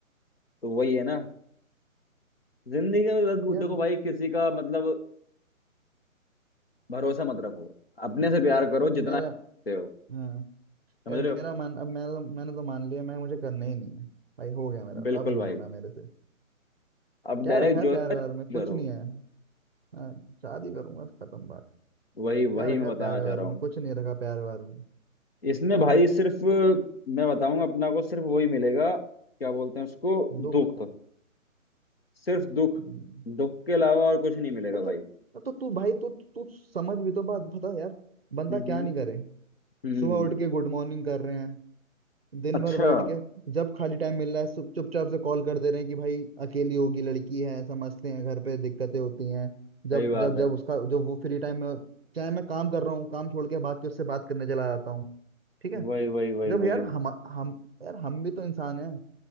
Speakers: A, on the left; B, on the right.
A: तो वही है ना जिंदगी में लग-
B: यार
A: देखो भाई किसी का मतलब भरोसा मत रखो अपने से प्यार करो
B: यार
A: जितना
B: मेरा
A: करते हो
B: हाँ
A: समझ
B: यार
A: रहे
B: मेरा
A: हो
B: मान अब मेरा मैंने तो मान लिया मैं मुझे करना ही नहीं है भाई हो गया मेरा
A: बिल्कुल
B: अब नहीं
A: भाई
B: होना मेरे से
A: अब
B: क्या
A: डायरेक्ट
B: रखा है
A: जो
B: प्यार
A: है
B: व्यार में कुछ
A: करो
B: नहीं है हाँ, शादी करूंगा खत्म बात
A: वही
B: क्या
A: वही
B: रखा
A: मैं
B: है
A: बताना
B: प्यार
A: चाह
B: व्यार
A: रहा
B: में
A: हूँ
B: कुछ नहीं रखा प्यार व्यार में
A: इसमें भाई सिर्फ मैं बताऊंगा अपना को सिर्फ वही मिलेगा क्या बोलते हैं उसको दुख
B: दुख
A: सिर्फ दुख
B: हम्म,
A: दुख के अलावा और कुछ नहीं मिलेगा
B: अरे
A: भाई
B: तो तो तू भाई तू तू समझ भी तो बात बता यार बंदा
A: हम्म
B: क्या नहीं करे
A: हम्म
B: सुबह उठ के गुड मॉर्निंग कर रहे हैं दिन
A: अच्छा
B: भर बैठ के जब खाली टाइम मिल रहा है सुप- चुपचाप से कॉल कर दे रहे हैं कि भाई अकेली होगी लड़की है समझते हैं घर पे दिक्कतें होती हैं
A: सही
B: जब
A: बात
B: जब जब
A: है
B: उसका जो वो फ्री टाइम में चाहे मैं काम कर रहा हूँ काम छोड़ के भाग के उससे बात करने चला जाता हूँ ठीक है
A: वही वही वही
B: जब
A: वही
B: यार हम हम यार हम भी तो इंसान हैं